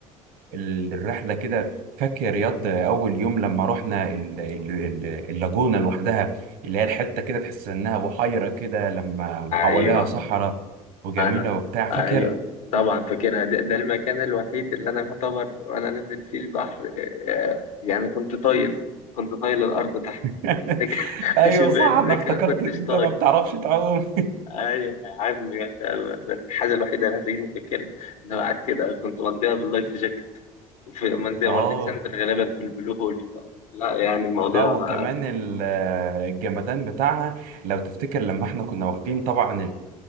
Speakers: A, on the right (about 70°); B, on the left (about 80°).
A: ال- الرحله كده فاكر رياض اول يوم لما رحنا ال... ال... ال- اللاجونه لوحدها اللي هي الحته كده تحس انها بحيره كده لما
B: ايوه
A: حواليها صحراء وجميله
B: انا
A: وبتاع فاكر
B: ايوه طبعا فاكرها ده, ده المكان الوحيد اللي انا يعتبر وانا نازل فيه البحر آه، يعني كنت طاير كنت طاير الارض تحت
A: <laughs>
B: <laughs>
A: ايوه
B: عشان
A: صح
B: باقي الاماكن
A: انا افتكرت
B: ما كنتش
A: ان انت
B: طاير
A: ما بتعرفش تعوم
B: ايوه يا عم الحاجه الوحيده اللي هتلاقيني فاكرها ان انا قاعد كده كنت مضيها باللايف جاكيت وفي
A: <laughs>
B: منزل
A: اه
B: ما رضيتش انزل غالبا في البلو هول لا يعني الموضوع
A: لا وكمان ال- الجمدان بتاعها لو تفتكر لما احنا كنا واخدين طبعا